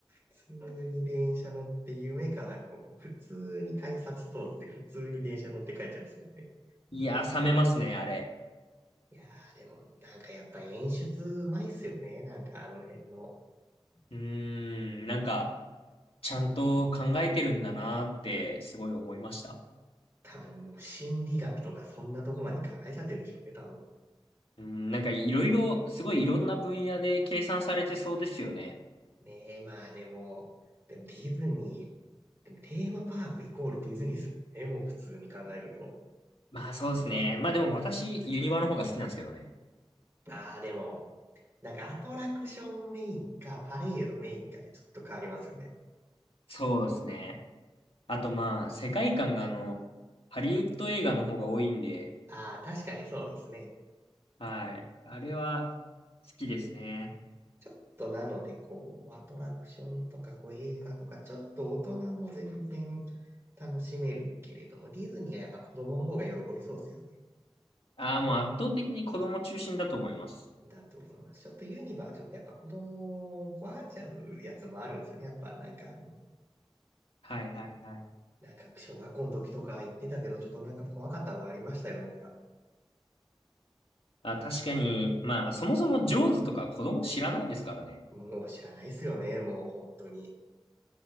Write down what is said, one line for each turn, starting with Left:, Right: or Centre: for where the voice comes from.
Right: 普通に電車乗って夢からこう、普通に改札通って普通に電車乗って帰っちゃうんですもんね。
Left: いやー、冷めますね、あれ。
Right: いやー、でもなんかやっぱ演出うまいっすよね。なんかあの辺の。
Left: うーん、なんか、ちゃんと考えてるんだなーって、すごい思いました。
Right: 多分もう心理学とかそんなとこまで考えちゃってるんでしょうね、多分。
Left: うん、なんかいろいろ、すごいいろんな分野で計算されてそうですよね。
Right: ねえ、まあでも、でもディズニー、でもテーマパークイコールディズニーっすもんね、もう普通に考えると。
Left: まあそうですね。まあでも私、ユニバの方が好きなんですけどね。
Right: ああ、でも、なんかアトラクションメインかパレードメインかでちょっと変わりますよね。
Left: そうですね。あとまあ、世界観があの、ハリウッド映画の方が多いんで、
Right: ああ、確かにそうですね。
Left: はい。あれは好きですね。
Right: ちょっとなので、こう、アトラクションとか、こう、映画とか、ちょっと大人も全然楽しめるけれども、ディズニーはやっぱ子供の方が喜びそうですよね。
Left: ああ、もう圧倒的に子供中心だと思います。
Right: だと思います。ちょっとユニバーちょっとやっぱ子供を怖がっちゃうやつもあるんですよね。やっぱなんかあの、
Left: はいはいはい。
Right: なんか小学校の時とか行ってたけど、ちょっとなんか怖かったのありましたよ。なんか、
Left: あ、確かに、まあそもそもジョーズとか子供知らないですからね。
Right: もう知らないですよね。もう本当に。